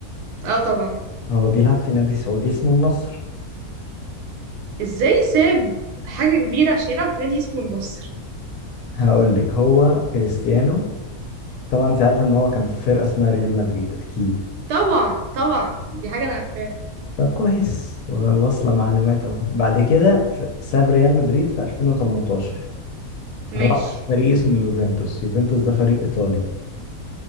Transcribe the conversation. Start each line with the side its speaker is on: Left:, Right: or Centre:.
Right: اه طبعا
Left: هو بيلعب في نادي سعودي اسمه النصر
Right: ازاي ساب حاجة كبيرة عشان يلعب في نادي اسمه النصر
Left: هقول لك هو كريستيانو طبعا انت عارف ان هو كان في فرقة اسمها ريال مدريد اكيد
Right: طبعا طبعا دي حاجة انا عارفاها
Left: طب كويس واصلة معلومات اهو بعد كده ف- ساب ريال مدريد في 2018
Right: ماشي
Left: راح فريق اسمه يوفنتوس يوفنتوس ده فريق ايطالي